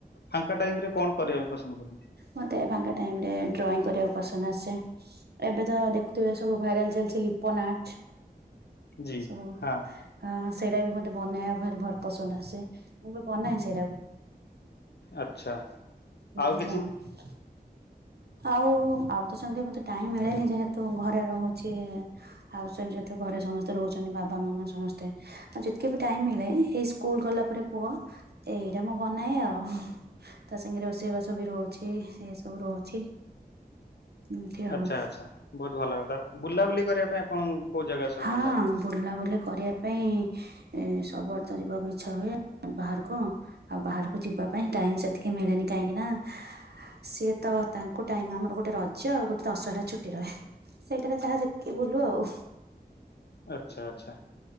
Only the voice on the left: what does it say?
ଫାଙ୍କା ଟାଇମ୍ ରେ କଣ କରିବା ପାଇଁ ପସନ୍ଦ କରନ୍ତି?
ଜି
ହଁ
ଆଚ୍ଛା
ଆଉ କିଛି
ଆଚ୍ଛା ଆଚ୍ଛା ବହୁତ ଭଲ କଥା ବୁଲାବୁଲି କରିବା ପାଇଁ ଆପଣଙ୍କୁ କୋଉ ଜାଗା ସବୁ
ଭଲ ଲାଗେ?
ଆଚ୍ଛା ଆଚ୍ଛା